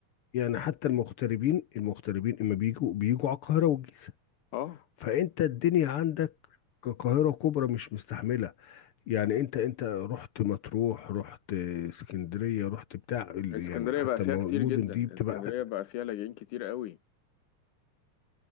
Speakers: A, on the left (about 70°); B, on the left (about 85°).
A: يعني حتى المغتربين المغتربين اما بيجوا بيجوا على القاهرة والجيزة
B: اه
A: فانت الدنيا عندك كقاهرة كبرى مش مستحملة يعني انت انت رحت مطروح رحت اسكندرية رحت بتاع ال-
B: اسكندرية
A: يعني حتى
B: بقى فيها
A: المو-
B: كتير
A: المدن
B: جدا
A: دي بتبقى
B: اسكندرية بقى فيها لاجئين كتير قوي